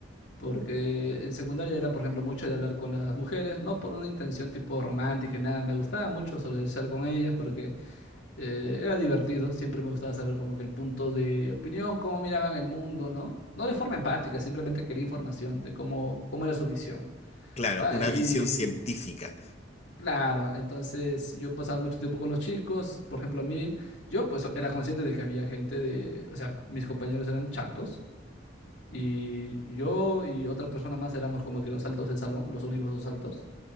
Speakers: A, on the left; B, on the left.
A: Porque en secundaria era, por ejemplo, mucho de hablar con las mujeres, no por una intención tipo romántica y nada, me gustaba mucho socializar con ellas porque eh, era divertido, siempre me gustaba saber como que el punto de opinión, cómo miraban el mundo, ¿no? No de forma empática, simplemente quería información de cómo, cómo era su visión,
B: claro,
A: ¿va?
B: una
A: Y
B: visión científica.
A: claro, entonces yo pasaba mucho tiempo con los chicos, por ejemplo, a mí, yo pues era consciente de que había gente de, o sea, mis compañeros eran chatos. Y yo y otra persona más éramos como que los altos del salón, los únicos dos altos.